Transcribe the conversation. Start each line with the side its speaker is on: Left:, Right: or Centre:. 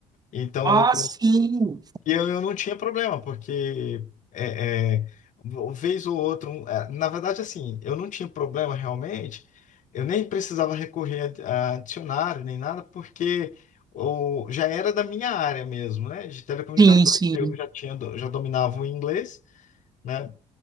Left: Então,
Right: Ah, sim.
Left: e eu, eu não tinha problema, porque é, é, uma vez ou outra, um- é, na verdade, assim, eu não tinha problema realmente, eu nem precisava recorrer a, a dicionário nem nada, porque o, já era da minha área mesmo, né, de telecomunicações.
Right: Sim, sim.
Left: Eu já tinha, do- já dominava o inglês né?